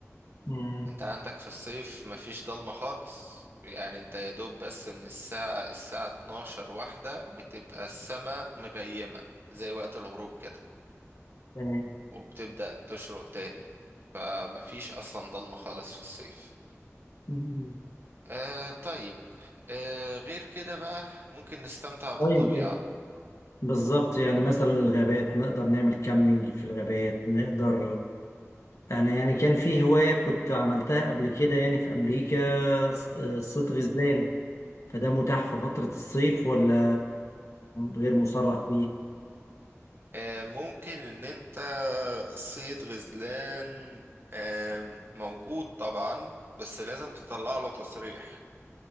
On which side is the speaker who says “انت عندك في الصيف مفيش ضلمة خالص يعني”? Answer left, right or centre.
Right